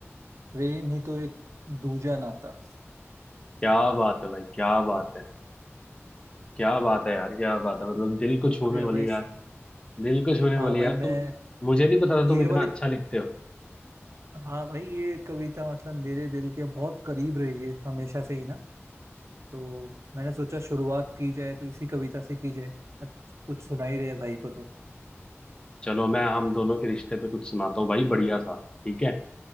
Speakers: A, on the right; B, on the left.
A: प्रेम ही तो एक दूजा नाता
B: क्या बात है भाई क्या बात है क्या बात है यार क्या बात है मतलब दिल को
A: शुक्रिया
B: छूने वाली
A: भाई
B: यार दिल को छूने
A: हाँ
B: वाली
A: भाई
B: यार
A: मैं
B: तुम मुझे नहीं पता था तुम
A: ये
B: इतना
A: वाली
B: अच्छा लिखते हो
A: हाँ भाई ये कविता मतलब मेरे दिल के बहुत करीब रही है हमेशा से ही ना तो मैंने सोचा शुरुआत की जाए तो इसी कविता से की जाए अच्छा, कुछ सुना ही रहे भाई को तो
B: चलो मैं हम दोनों के रिश्ते पे कुछ सुनाता हूँ भाई बढ़िया सा ठीक है